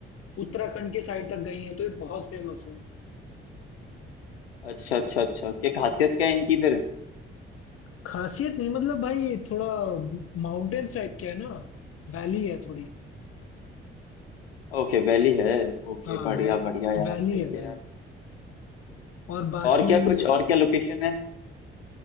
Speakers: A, on the left; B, on the left.
A: उत्तराखंड के साइड तक गई है तो ये बहुत फेमस है
B: अच्छा अच्छा अच्छा क्या खासियत क्या है इनकी फिर
A: खासियत नहीं मतलब भाई थोड़ा माउंटेन साइड क्या है ना वैली है थोड़ी
B: ओके वैली है ओके
A: हाँ
B: बढ़िया
A: वै,
B: बढ़िया यार
A: वैली
B: सही
A: है भाई
B: है यार
A: और बाकी
B: और क्या कुछ और क्या लोकेशन है